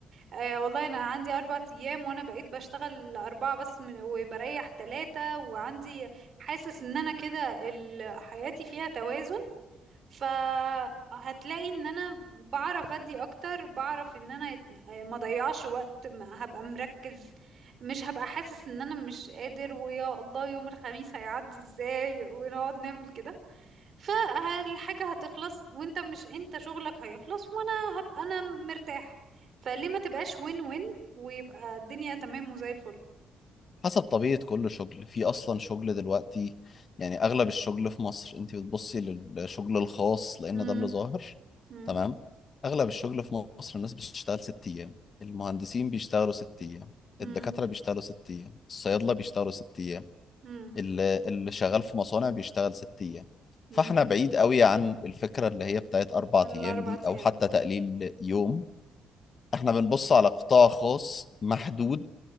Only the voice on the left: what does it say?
حسب طبيعة كل شغل في اصلا شغل دلوقتي يعني اغلب الشغل في مصر انت بتبصي للشغل الخاص لان
ده اللي ظاهر
تمام اغلب الشغل في مصر الناس بتشتغل ست ايام المهندسين بيشتغلوا ست ايام
الدكاترة بيشتغلوا ست ايام الصيادلة بيشتغلوا ست ايام
اللي اللي شغال في مصانع بيشتغل ست ايام
فاحنا بعيد قوي عن الفكرة اللي هي بتاعت اربع
ايام دي او
حتى تقليل يوم احنا بنبص على قطاع خاص محدود